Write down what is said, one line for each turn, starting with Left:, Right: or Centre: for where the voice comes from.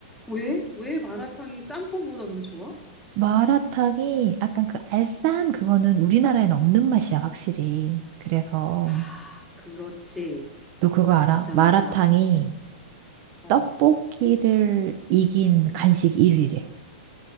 Centre: 왜? 왜 마라탕이 짬뽕보다 더 좋아?
Right: 마라탕이 약간 그 알싸한 그거는 우리나라엔 없는 맛이야, 확실히. 그래서
Centre: 아, 그렇지.
Right: 너 그거 알아?
Centre: 맞아,
Right: 마라탕이
Centre: 맞아. 어.
Right: 떡볶이를 이긴 간식 1위래.